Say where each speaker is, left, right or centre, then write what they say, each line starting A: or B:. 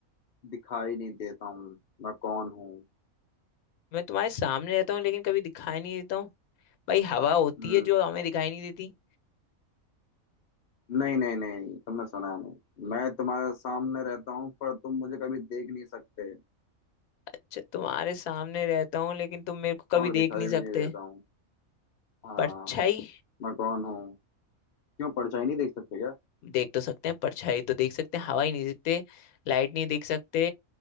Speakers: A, on the left; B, on the left.
A: दिखाई नहीं देता हूँ मैं कौन हूँ
B: मैं तुम्हारे सामने रहता हूँ लेकिन कभी दिखाई नहीं देता हूँ भाई हवा होती
A: हम्म
B: है जो हमें दिखाई नहीं देती
A: नहीं नहीं नहीं तुमने सुना नहीं मैं तुम्हारे सामने रहता हूँ पर तुम मुझे कभी देख नहीं सकते
B: अच्छा, तुम्हारे सामने रहता हूँ लेकिन तुम मेरे को कभी
A: और
B: देख
A: दिखाई
B: नहीं सकते
A: भी नहीं देता हूँ हाँ
B: परछाई
A: मैं कौन हूँ क्यों परछाई नहीं देख सकते क्या
B: देख तो सकते हैं परछाई तो देख सकते हैं हवा ही नहीं देखते लाइट नहीं देख सकते